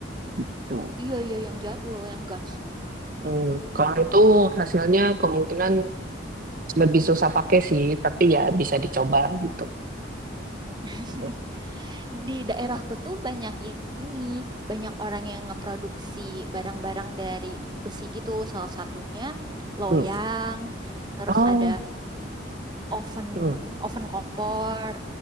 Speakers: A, on the right; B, on the right.
A: gitu.
B: Iya, iya, yang jadul, yang gas.
A: Hmm. Kalau itu hasilnya kemungkinan lebih susah pakai sih, tapi ya bisa dicoba gitu.
B: <laughs>
A: Hmm.
B: Di daerahku tuh banyak ini, banyak orang yang ngeproduksi barang-barang dari besi gitu. Salah satunya loyang,
A: Hmm.
B: terus
A: Oh,
B: ada oven
A: hmm.
B: oven kompor